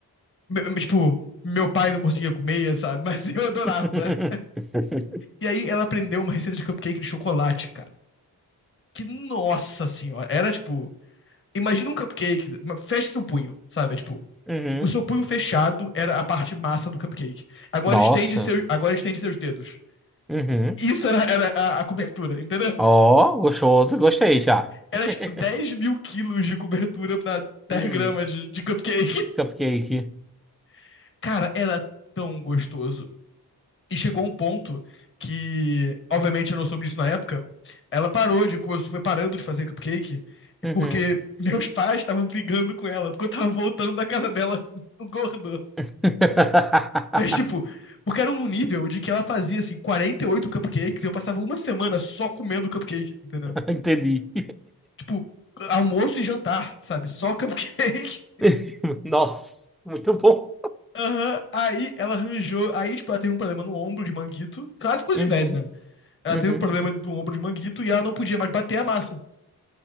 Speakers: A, on the left; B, in the centre.
A: me- me- tipo, meu pai não conseguia comer, sabe? <laughs> Mas eu adorava.
B: <laughs>
A: E aí ela aprendeu uma receita de cupcake de chocolate, cara. Que nossa senhora, era tipo, imagina um cupcake, ma- feche seu punho, sabe? É tipo,
B: Uhum.
A: o seu punho fechado era a parte massa do cupcake. Agora
B: Nossa.
A: estende seu, agora estende seus dedos.
B: Uhum.
A: Isso era, era a, a cobertura, entendeu?
B: Ó, gostoso. Gostei já.
A: Era
B: <laughs>
A: tipo 10 mil quilos de cobertura pra 10
B: Uhum.
A: gramas de, de cupcake.
B: Cupcake.
A: <laughs> Cara, era tão gostoso. E chegou um ponto que, obviamente, eu não soube disso na época. Ela parou de, começou, foi parando de fazer cupcake,
B: Uhum.
A: porque <laughs> meus pais estavam brigando com ela, porque eu tava voltando da casa dela <laughs> gordo.
B: <laughs>
A: Mas, tipo, porque era num nível de que ela fazia, assim, 48 cupcakes e eu passava uma semana só comendo cupcake, entendeu?
B: Entendi.
A: Tipo, almoço e jantar, sabe? Só cupcake.
B: <laughs> Nossa, muito bom.
A: <laughs> Aham. Aí ela arranjou. Aí, tipo, ela teve um problema no ombro de manguito. Claro, coisa
B: Uhum.
A: de velho, né? Ela
B: Uhum.
A: teve um problema do ombro de manguito e ela não podia mais bater a massa.